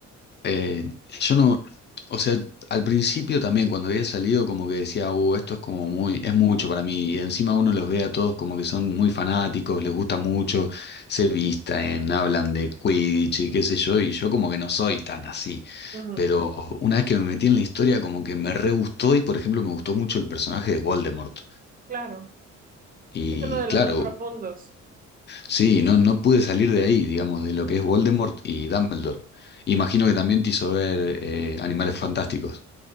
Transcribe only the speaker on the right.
Sí. Ujú,
claro,
es uno de
los más profundos.